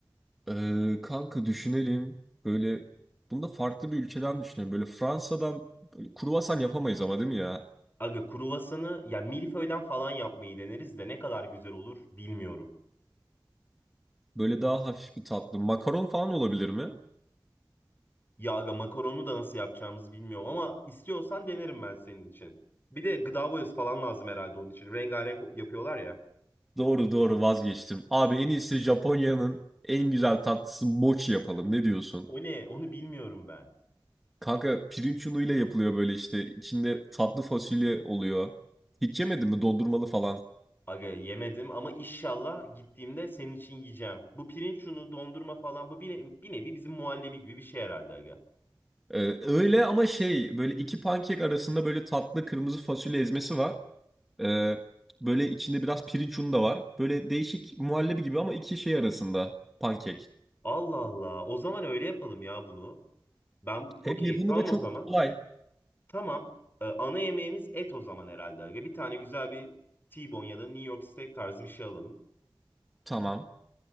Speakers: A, in the centre; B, on the left.
A: Ee, kanka düşünelim. Böyle bunu da farklı bir ülkeden düşünelim. Böyle Fransa'dan böyle kruvasan yapamayız ama değil mi ya?
B: Aga kruvasanı ya milföyden falan yapmayı deneriz de ne kadar güzel olur bilmiyorum.
A: Böyle daha hafif bir tatlı. Makaron falan olabilir mi?
B: Ya aga makaronu da nasıl yapacağımızı bilmiyorum ama istiyorsan denerim ben senin için. Bir de gıda boyası falan lazım herhalde onun için. Rengarenk yapıyorlar ya.
A: Doğru doğru vazgeçtim. Abi en iyisi Japonya'nın en güzel tatlısı mochi yapalım. Ne diyorsun?
B: O ne? Onu bilmiyorum ben.
A: Kanka pirinç unuyla yapılıyor böyle işte. İçinde tatlı fasulye oluyor. Hiç yemedin mi dondurmalı falan?
B: Aga yemedim ama inşallah gittiğimde senin için yiyeceğim. Bu pirinç unu, dondurma falan bu bir, ne- bir nevi bizim muhallebi gibi bir şey herhalde aga.
A: Ee, öyle ama şey böyle iki pankek arasında böyle tatlı kırmızı fasulye ezmesi var. Ee, böyle içinde biraz pirinç unu da var. Böyle değişik muhallebi gibi ama iki şey arasında pankek.
B: Allah Allah. O zaman öyle yapalım ya bunu. Ben
A: Hem
B: okey
A: yapımı
B: tamam
A: da çok
B: o zaman.
A: kolay.
B: Tamam. Ee, ana yemeğimiz et o zaman herhalde aga. Bir tane güzel bir T-bone ya da New York steak tarzı bir şey alalım.
A: Tamam.